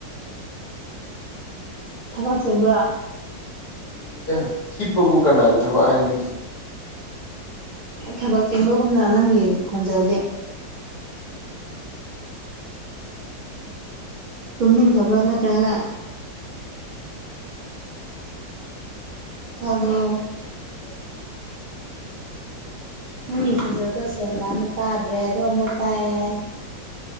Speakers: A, on the right; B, on the left.
A: ꯊꯥꯒꯆꯦꯟꯕ꯭ꯔꯥ
B: ꯆꯤꯟꯗꯦꯗ ꯍꯤꯞꯄꯕꯨ ꯀꯅꯥꯅ ꯊꯕꯛ ꯍꯥꯏꯅꯒꯤ
A: ꯑꯦ ꯊꯕꯛ ꯆꯤꯟꯕꯒꯨꯝꯅ ꯅꯪꯒꯤ ꯈꯣꯟꯖꯧꯗꯤ ꯇꯨꯝꯅꯤꯡꯈꯕ꯭ꯔꯥ ꯅꯠꯇ꯭ꯔꯒꯅ
B: ꯍꯜꯂꯣ
A: ꯇꯥꯕꯔꯣ
B: ꯎꯝ
A: ꯅꯪꯒꯤ ꯈꯣꯟꯖꯦꯜꯗꯣ ꯁꯦꯡꯅ ꯑꯃꯨꯛ ꯇꯥꯗ꯭ꯔꯦ ꯑꯗꯣ ꯑꯃꯨꯛ ꯇꯥꯛꯑꯦ